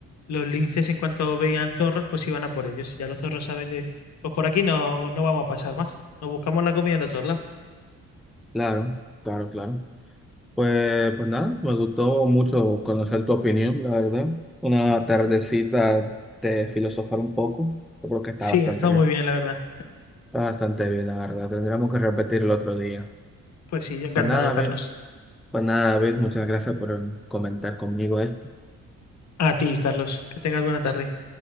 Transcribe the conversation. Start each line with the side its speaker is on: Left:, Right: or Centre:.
Left: los linces en cuanto veían zorros, pues iban a por ellos, y ya los zorros saben de, pues por aquí no, no vamos a pasar más, nos buscamos la comida en otro lado.
Centre: Claro, claro, claro. Pues, pues nada, me gustó mucho conocer tu opinión, la verdad. Una tardecita de filosofar un poco, yo creo que está
Left: Sí,
Centre: bastante
Left: ha estado
Centre: bien.
Left: muy bien, la verdad.
Centre: Está bastante bien, la verdad. Tendríamos que repetirlo otro día.
Left: Pues sí, yo encantado,
Centre: Pues nada,
Left: Carlos.
Centre: David, pues nada, David, muchas gracias por comentar conmigo esto.
Left: A ti, Carlos, que tengas buena tarde.